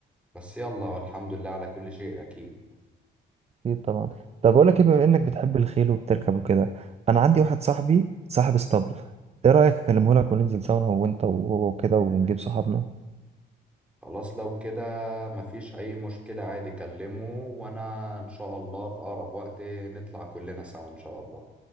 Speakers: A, in the centre; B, on the right.
A: بس يلا والحمد لله على كل شيء أكيد
B: اكيد طبعا طب اقول لك ايه بما انك بتحب الخيل وبتركب وكده انا عندي واحد صاحبي صاحب اسطبل ايه رايك اكلمه لك وننزل سوا انا وانت وهو وكده ونجيب صحابنا
A: خلاص لو كده مفيش أي مشكلة عادي كلمه وأنا إن شاء الله في أقرب وقت نطلع كلنا سوا إن شاء الله